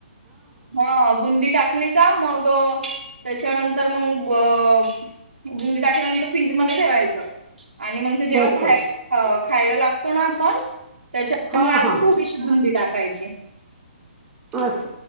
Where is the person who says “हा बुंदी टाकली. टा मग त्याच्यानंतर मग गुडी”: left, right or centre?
Right